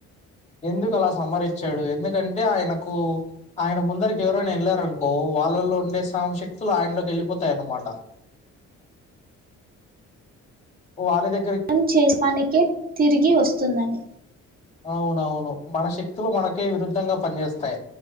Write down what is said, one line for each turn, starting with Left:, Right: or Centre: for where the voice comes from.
Left: ఎందుకు అలా సమరిచ్చాడు ఎందుకంటే ఆయనకు ఆయన ముందరికి ఎవరైనా వెళ్ళారనుకో వాళ్ళలో ఉండే సా శక్తులు ఆయనలోకి వెళ్ళిపోతాయన్నమాట ఓ ఆలలేద
Right: పన్ చేస్ మానేకే తిరిగి వస్తుందని
Left: అవును అవును మన శక్తులు మనకే విరుద్ధంగా పనిచేస్తాయి